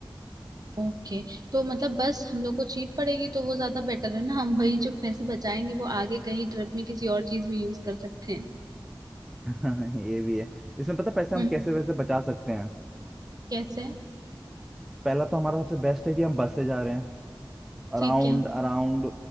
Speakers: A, on the right (about 45°); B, in the centre.
A: ओके तो मतलब बस हम लोग को चीप पड़ेगी तो वो ज्यादा बेटर है ना हम वही जो पैसे बचाएंगे वो आगे कहीं ट्रिप में किसी और चीज में यूज कर सकते हैं
B: <laughs> ये भी है इसमें पता है पैसे हम
A: हम्म
B: कैसे वैसे बचा सकते हैं
A: कैसे है?
B: पहला तो हमारा सबसे बेस्ट है कि हम बस से जा रहे हैं
A: ठीक
B: अराउंड
A: है
B: अराउंड